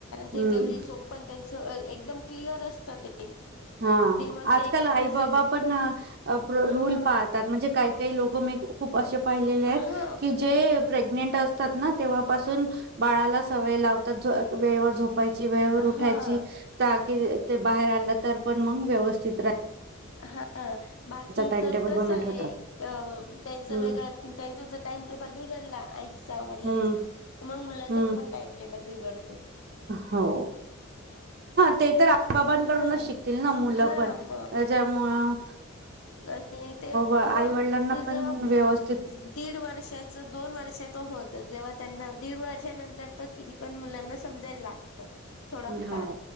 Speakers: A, on the left; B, on the right.
A: ते
B: हं.
A: तेवढी झोप पण ती <unintelligible> एकदम क्लिअर असतं ते
B: हा
A: ते मग
B: आजकाल
A: ते
B: आई
A: एकदा
B: बाबा
A: जे
B: पण
A: हा
B: रूल पाळतात म्हणजे काही कही लोकं में खूप खूप असे पाहिलेले आहेत
A: हा
B: की
A: खूप
B: जे प्रेग्नेंट अस ना तेव्हापासून बाळाला सवय लावतात वेळेवर झोप झोपायची, वेळ वेळेवर
A: हा
B: उठायची, जागे ते बाहेर आलं तर पण मग व्यवस्थित रा
A: हा बाकी
B: टाईमटेबल
A: तर तंस
B: बनवून
A: हे.
B: ठेवतात.
A: त्यांच
B: हं,
A: वेगळ त्यांचा ज टाइमटेबल बिघडला आईचा वडलांचा
B: हं,
A: तं मग मुलांचं
B: हं.
A: पण टाइम टेबल बघड
B: हो, ते तर आई बाबांकडूनच
A: हा
B: शिकतील ना मुलं
A: हा
B: पण
A: मग
B: ज्यामुळं
A: आणि ते
B: आई-वडिलांना
A: ह ते
B: पण
A: जेव्हा
B: व्यवस्थित
A: दीड वर्षाच दोन वर्षाच होत. जेव्हा, त्यांना दीड वर्षानंतर तर किती पण मुलांना समजायला ला थोडं
B: हो
A: फार